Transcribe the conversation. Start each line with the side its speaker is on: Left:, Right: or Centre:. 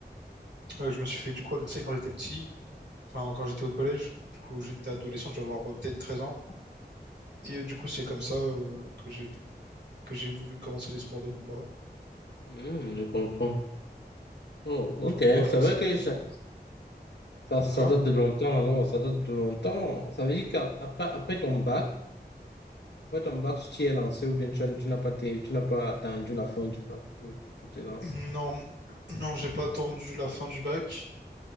Right: euh, je me suis fait du coup agresser quand j'étais petit, enfin, quand j'étais au collège. Du coup, j'étais adolescent,
Left: Oui.
Right: je dois avoir euh, peut-être 13 ans. Et euh, du coup, c'est
Left: Mhm.
Right: comme ça euh, que j'ai que j'ai voulu commencer les sports de combat.
Left: Hmm, je comprends. Oh,
Right: Du
Left: ok.
Right: coup, voilà,
Left: C'est vrai
Right: ça
Left: que
Right: m'a donné
Left: ça, ça, ça
Right: de quoi?
Left: date de longtemps, alors. Ça date de longtemps. Ça veut dire qu'après après ton bac, après ton bac, tu t'es lancé ou bien tu, as- tu n'as pas, été- tu n'as pas attendu la fin du bac pour, pour te lancer.
Right: Non, non, j'ai pas attendu la fin du bac.